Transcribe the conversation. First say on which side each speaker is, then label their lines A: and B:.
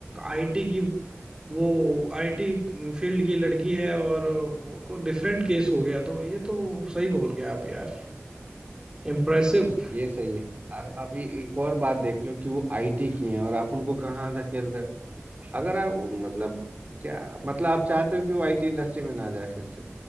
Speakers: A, on the right (about 15°); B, on the right (about 35°).
A: आईटी की वो आईटी फील्ड की लड़की है और वो तो डिफरेंट केस हो गया तो ये तो सही बोल गया आप यार इम्प्रेसिव
B: ये सही है आ- अब ये एक और बात देख लो कि वो आईटी की हैं और आप उनको कहाँ धकेल रहे हो अगर आप वो मतलब क्या मतलब आप चाहते हो कि वो आईटी इंडस्ट्री में ना जाए फिर से